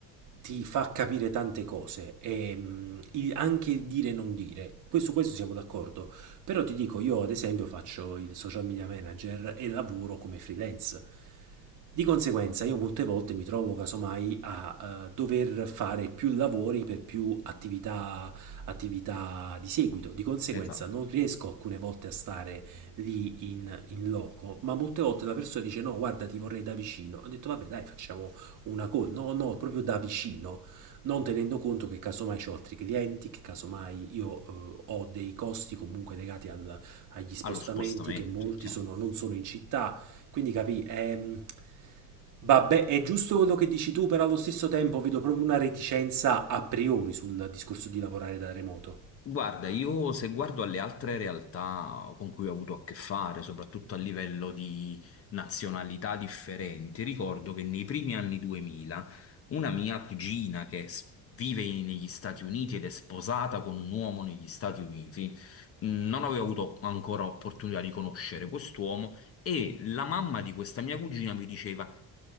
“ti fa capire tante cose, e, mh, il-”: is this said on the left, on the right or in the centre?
Right